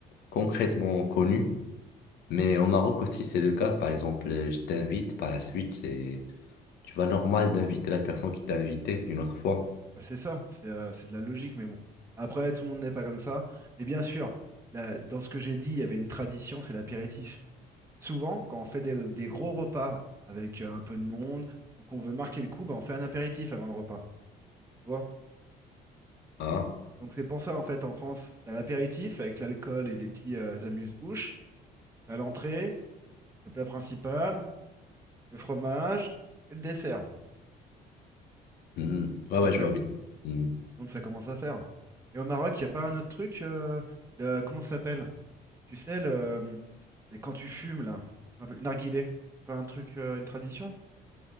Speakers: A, on the left (about 75°); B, on the right (about 15°).
A: concrètement connu, mais au Maroc aussi c'est le cas. Par exemple, euh, je t'invite, par la suite, c'est, tu vois, normal d'inviter la personne qui t'a invité une autre fois.
B: Bah, c'est ça, c'est euh, c'est de la logique, mais bon. Après, tout le monde n'est pas comme ça. Et bien sûr, la- dans ce que j'ai dit, il y avait une tradition, c'est l'apéritif. Souvent, quand on fait des, des gros repas avec euh, un peu de monde ou qu'on veut marquer le coup, bah, on fait un apéritif avant le repas. Tu vois?
A: Hein?
B: Donc c'est pour ça, en fait, en France, t'as l'apéritif avec l'alcool et des petits euh, amuse-bouches. T'as l'entrée, le plat principal. le fromage et le dessert.
A: Hmm. Ouais,
B: Donc
A: ouais, je
B: ça,
A: vois bien. Hmm.
B: donc ça commence à faire. Et au Maroc, il n'y a pas un autre truc euh, le- Comment ça s'appelle? Tu sais, le, les- quand tu fumes, là, un peu, le narguilé, c'est pas un truc, euh, une tradition?